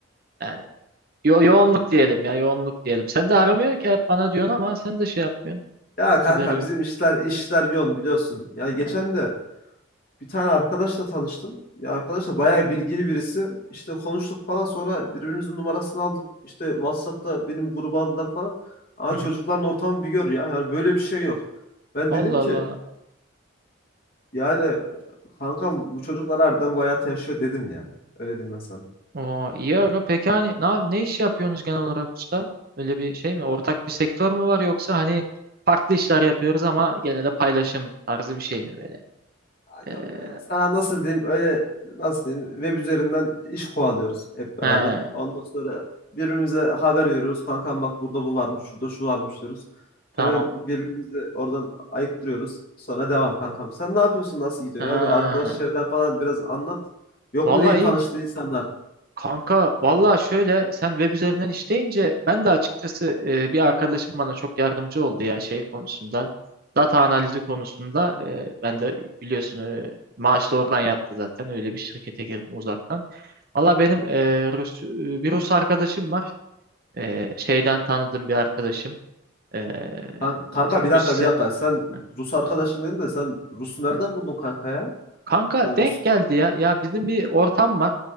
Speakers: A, on the right; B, on the left.
A: yani yo yoğunluk diyelim ya yoğunluk diyelim. Sen de aramıyorsun ki hep bana diyorsun ama sen de şey yapmıyorsun.
B: ya kanka
A: Haberi yok.
B: bizim işler işler yoğun biliyorsun. Yani
A: Ha.
B: geçen de bir tane arkadaşla tanıştım. Ya arkadaş da bayağı bilgili birisi. İşte konuştuk falan sonra birbirimizin numarasını aldık. İşte WhatsApp'ta benim gruba aldılar falan. Ama
A: Hı
B: çocukların
A: hı.
B: ortamı bir gör ya. Yani böyle bir şey yok. Ben
A: Allah
B: dedim ki
A: Allah.
B: Yani kankam bu çocuklar harbiden bu hayatı yaşıyor dedim ya. Öyle diyeyim ben sana.
A: Oo, iyi aga. Peki hani ne, yap- ne iş yapıyorsunuz genel olarak usta? Öyle bir şey mi? Ortak bir sektör mü var yoksa hani farklı işler yapıyoruz ama gene de paylaşım tarzı bir şey mi böyle?
B: Kankam
A: Ee,
B: e, sana nasıl diyeyim öyle nasıl diyeyim web üzerinden iş kovalıyoruz hep beraber.
A: he,
B: Ondan sonra birbirimize haber veriyoruz. Kankam bak burada bu varmış, şurada şu varmış diyoruz.
A: tamam.
B: Hemen birbirimizi oradan ayıktırıyoruz. Sonra devam kankam. Sen ne yapıyorsun? Nasıl gidiyor
A: Aa,
B: ya? Bir arkadaş çevren falan biraz anlat. Yok
A: vallahi
B: mu diye tanıştığın
A: iyi
B: insanlar?
A: kanka. Vallahi şöyle sen web üzerinden işleyince ben de açıkçası e, bir arkadaşım bana çok yardımcı oldu ya şey konusunda. Data analizi konusunda e, ben de biliyorsun e, maaş da oradan yattı zaten. Öyle bir şirkete girdim uzaktan. Valla benim e, Rus, bir Rus arkadaşım var. E, şeyden tanıdığım bir arkadaşım. E, e,
B: Kan- Kanka bir
A: müzisyen.
B: dakika bir dakika. Sen
A: Heh,
B: Rus arkadaşım dedin de sen Rus'u nereden
A: heh.
B: buldun kanka ya?
A: Kanka
B: Sen
A: denk
B: Rus
A: geldi ya. Ya bizim bir ortam var.